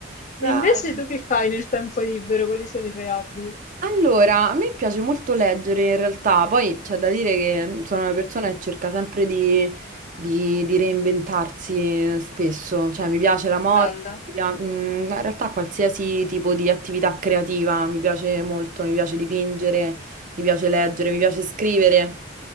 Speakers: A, on the right; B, on the left.
A: Dai.
B: E invece tu che fai nel tempo libero? Quali sono i tuoi hobby?
A: Allora, a me piace molto leggere in realtà, poi c'è da dire che sono una persona che cerca sempre di, di- di reinventarsi spesso, cioè mi piace la moda,
B: Bello,
A: mi pia- mm, in realtà qualsiasi tipo di attività creativa mi piace molto, mi piace dipingere, mi piace leggere, mi piace scrivere,